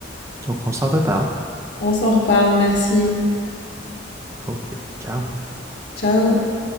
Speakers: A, on the right; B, on the left.
A: Donc, on s'en reparle.
B: On s'en reparle, merci.
A: OK. Ciao.
B: Ciao.